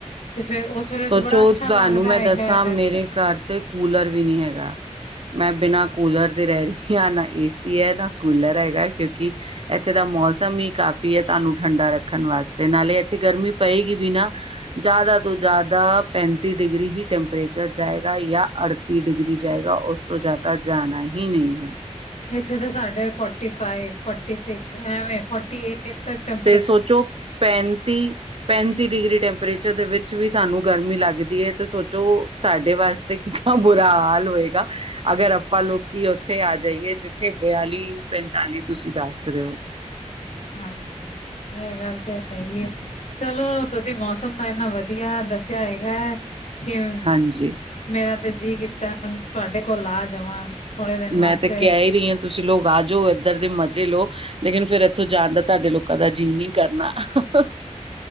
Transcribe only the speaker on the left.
ਤੇ ਫੇਰ ਉਸ ਵੇਲੇ
ਤੇ ਬੜਾ ਅੱਛਾ
ਲੱਗਦਾ
ਹੈਗਾ
ਐ
ਇੱਥੇ ਤਾਂ ਸਾਡੇ ਫੋਰਟੀ- ਫਿਵ, ਫੋਟੀ- ਸਿਕਸ ਐਵੇ ਫੋਟੀ ਏਟ ਤ- <unintelligible>
ਹਾਂਜੀ, ਇਹ ਗੱਲ ਤੇ ਹੈਗੀ ਆ ਚਲੋ ਤੁਸੀਂ ਮੌਸਮ ਦਾ ਇੰਨਾ ਵਧੀਆ ਦੱਸਿਆ ਹੈਗਾ ਐ। ਕਿਵੇਂ
ਮੇਰਾ ਤੇ ਜੀਅ ਕੀਤਾ, ਤੁਹਾਡੇ ਕੋਲ ਆ ਜਾਵਾਂ! ਥੋੜੇ ਦਿਨ ਵਾਸਤੇ।